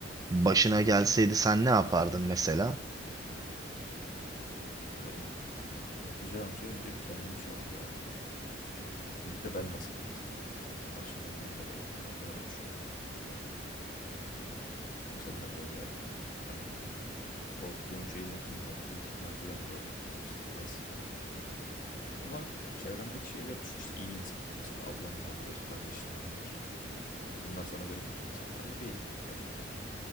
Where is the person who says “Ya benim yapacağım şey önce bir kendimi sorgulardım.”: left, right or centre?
Left